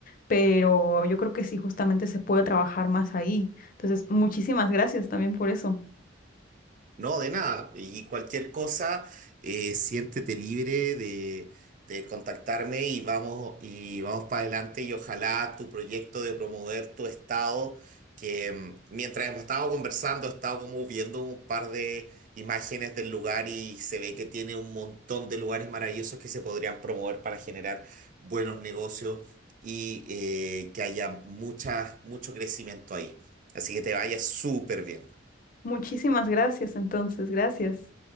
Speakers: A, on the left; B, on the right.
A: pero yo creo que sí, justamente se puede trabajar más ahí. Entonces, muchísimas gracias también por eso.
B: No, de nada. Y cualquier cosa, eh, siéntete libre de, de contactarme y vamos, y vamos para adelante y ojalá tu proyecto de promover tu estado, que mm, mientras hemos estado conversando, he estado como viendo un par de imágenes del lugar y se ve que tiene un montón de lugares maravillosos que se podrían promover para generar buenos negocios y eh, que haya mucha, mucho crecimiento ahí. Así que te vaya súper bien.
A: Muchísimas gracias, entonces, gracias.